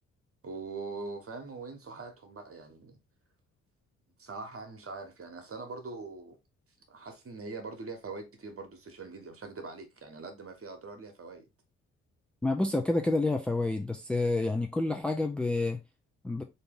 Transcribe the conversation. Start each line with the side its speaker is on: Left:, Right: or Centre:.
Right: وفاهم وينسوا حياتهم بقى يعني بصراحه يعني مش عارف يعني اصل انا برضو حاسس ان هي برضو ليها فوائد كتير برضو السوشيال ميديا مش هكدب عليك يعني على قد ما فيها اضرار ليها فوائد
Centre: ما بص هو كده كده ليها فوائد بس آه، يعني كل حاجة ب... ب...